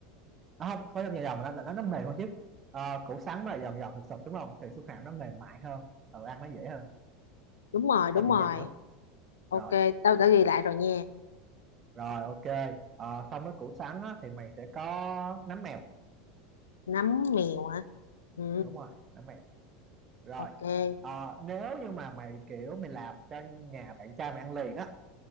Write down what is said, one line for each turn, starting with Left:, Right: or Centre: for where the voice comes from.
Right: nó không khối dòng dài dòng mà nó là nó nó mềm hơn chứ Ờ, củ sắn mà giòn giòn thực sụp đúng không thì su hào nó mềm mại hơn ừ, ăn nó dễ hơn
Left: đúng rồi đúng
Right: ta bị
Left: rồi
Right: nhầm á
Left: ok
Right: rồi
Left: tao đã ghi lại rồi nha
Right: rồi ok Ờ, xong với củ sắn á, thì mày sẽ có nấm mèo
Left: nấm mèo hả ừ
Right: đúng rồi nấm mèo rồi
Left: ok
Right: Ờ, nếu như mà mày kiểu mày làm cho nhà bạn trai mày ăn liền á